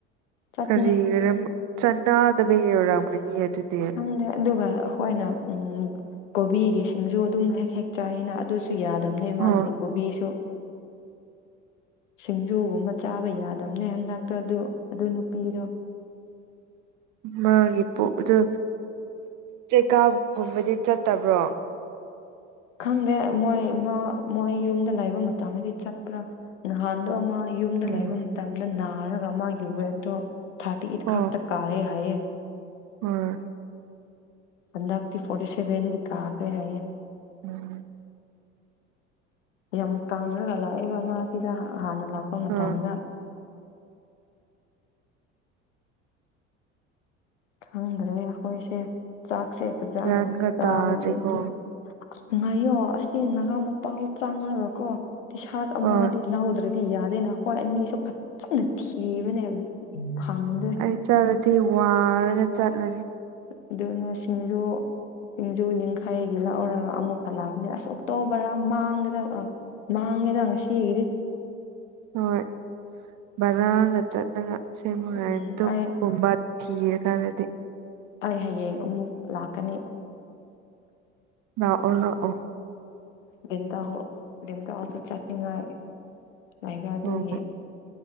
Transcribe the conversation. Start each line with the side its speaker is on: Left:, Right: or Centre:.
Left: ꯆꯠꯄꯅꯦ
Right: ꯀꯔꯤ ꯒꯔꯝ ꯆꯠꯅꯥꯗꯕꯒꯤ ꯑꯣꯏꯔꯝꯒꯅꯤꯌꯦ ꯑꯗꯨꯗꯤ
Left: ꯈꯪꯗꯦ ꯑꯗꯨꯒ ꯑꯩꯈꯣꯏꯅ ꯎꯝ ꯀꯣꯕꯤꯒꯤ ꯁꯤꯡꯖꯨ ꯑꯗꯨꯝ ꯍꯦꯛ ꯍꯦꯛ ꯆꯥꯏꯅ ꯑꯗꯨꯁꯨ ꯌꯥꯗꯝꯅꯦ ꯃꯥꯒꯤ
Right: ꯑꯣ
Left: ꯀꯣꯕꯤꯁꯨ ꯁꯤꯡꯖꯨꯒꯨꯝꯕ ꯆꯥꯕ ꯌꯥꯗꯝꯅꯦ ꯍꯟꯗꯛꯇꯣ ꯑꯗꯨ ꯑꯗꯨ ꯅꯨꯄꯤꯗꯣ
Right: ꯃꯥꯒꯤ ꯄꯣꯛꯗꯨ ꯆꯦꯀꯞꯒꯨꯝꯕꯗꯤ ꯆꯠꯇꯕ꯭ꯔꯣ
Left: ꯈꯪꯗꯦ ꯃꯣꯏ ꯃꯥ ꯃꯣꯏ ꯌꯨꯝꯗ ꯂꯩꯕ ꯃꯇꯝꯗꯤ ꯆꯠꯄ꯭ꯔꯥ ꯅꯍꯥꯟꯗꯣ ꯃꯥꯏ__ ꯌꯨꯝꯗ
Right: ꯎꯝ
Left: ꯂꯩꯕ ꯃꯇꯝꯗ ꯅꯥꯔꯒ ꯃꯥꯒꯤ ꯋꯦꯠꯇꯣ ꯊꯥꯔꯇꯤ ꯑꯩꯠ
Right: ꯑꯣ
Left: ꯈꯛꯇ ꯀꯥꯌꯦ ꯍꯥꯏꯌꯦ
Right: ꯍꯣꯏ
Left: ꯍꯟꯗꯛꯇꯤ ꯐꯣꯔꯇꯤ ꯁꯚꯦꯟꯗꯤ ꯀꯥꯈ꯭ꯔꯦ ꯍꯥꯏꯌꯦ
Right: ꯎꯝ
Left: ꯌꯥꯝ ꯀꯪꯔꯒ ꯂꯥꯛꯑꯦꯕ ꯃꯥꯥ ꯁꯤꯗ ꯍꯥ ꯍꯥꯟꯅ ꯂꯥꯛꯄ ꯃꯇꯝꯗ
Right: ꯑꯥ
Left: ꯈꯪꯗ꯭ꯔꯦ ꯑꯈꯣꯏꯁꯦ ꯆꯥꯛꯁꯦ ꯐꯖꯅ
Right: ꯒ꯭ꯌꯥꯟꯒ
Left: ꯆꯥꯕꯗꯤ
Right: ꯇꯥꯗ꯭ꯔꯦꯀꯣ
Left: ꯂꯦ__ ꯑꯁ ꯉꯥꯏꯌꯣ ꯑꯁꯤ ꯅꯍꯥꯃꯄꯥꯜ ꯆꯪꯉꯒꯀꯣ ꯇꯤꯁ꯭ꯥꯔꯠ ꯑꯃꯥꯗꯤ
Right: ꯍꯣꯏ
Left: ꯂꯧꯗ꯭ꯔ__ ꯗꯤ ꯌꯥꯗꯦꯅ ꯈꯣꯏ ꯑꯅꯤꯁꯨ ꯐꯠꯖꯅ ꯊꯤꯕꯅꯦ ꯐꯪꯗꯦ
Right: ꯑꯩ ꯆꯠꯂꯗꯤ ꯋꯥꯔꯒ ꯆꯠꯂꯅꯤ
Left: ꯑꯗꯨꯅ ꯁꯤꯡꯔꯨ ꯁꯤꯡꯖꯨ ꯌꯥꯡꯈꯩꯒꯤ ꯂꯧꯔꯒ ꯑꯃꯨꯛꯀ ꯂꯥꯛꯄꯅꯦ ꯑꯁ ꯑꯣꯛꯇꯣ ꯕꯥꯔꯥ ꯃꯥꯡꯒꯗ ꯑꯥ__ ꯃꯥꯡꯉꯦꯗ ꯉꯁꯤꯒꯤꯗꯤ
Right: ꯍꯣꯏ ꯕꯔꯥꯒ ꯆꯠꯂꯒ ꯁꯦꯃꯨꯔꯦ
Left: ꯎꯝ
Right: ꯇꯨꯞ
Left: ꯑꯩ
Right: ꯨꯀꯨꯝꯕ ꯊꯤꯔꯀꯥꯟꯗꯗꯤ
Left: ꯑꯩ ꯍꯌꯦꯡ ꯑꯃꯨꯛ ꯂꯥꯛꯀꯅꯤ
Right: ꯂꯥꯛꯑꯣ ꯂꯥꯛꯑꯣ
Left: ꯗꯤꯟꯇꯥꯍꯣ ꯗꯤꯝꯇꯥꯍꯣꯁꯨ ꯆꯠꯅꯤꯡꯉꯥꯏ ꯂꯩꯕ ꯑꯗꯨꯒꯤ
Right: ꯑꯣ